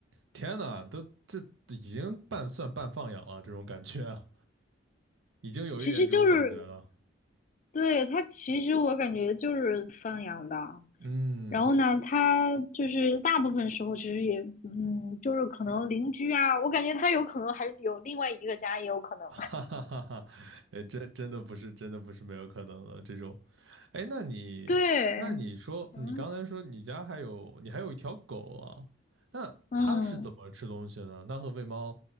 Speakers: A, on the right (about 80°); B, on the left (about 40°).
A: 天呐，都这已经半算半放养了，这种感觉啊，已经有一点这种感觉了。
B: 其实就是对它，其实我感觉就是放养的。
A: 嗯，
B: 然后呢，它就是大部分时候其实也，嗯，就是可能邻居啊，我感觉它有可能还有另外一个家，也有可能。
A: <laughs> 哈哈哈哈，呃，真真的不是，真的不是没有可能的这种。哎，那你，
B: 对，
A: 那你说，
B: 嗯
A: 你刚才说你家还有，你还有一条狗啊？那它是怎么吃东西呢？
B: 嗯，
A: 那和喂猫